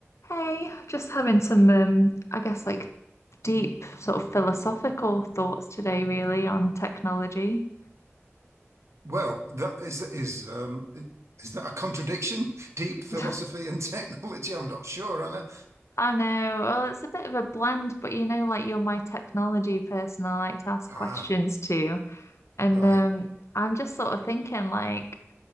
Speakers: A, on the left; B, on the right.
A: Hey, just having some, um, I guess, like deep sort of philosophical thoughts today, really, on technology.
B: Well, that is is um, is that a contradiction? Deep philosophy
A: <laughs>
B: and <laughs> technology? I'm not sure, Anna.
A: I know, well, it's a bit of a blend, but you know, like you're my technology person, I like to ask
B: Ah,
A: questions to. And
B: right.
A: um, I'm just sort of thinking, like,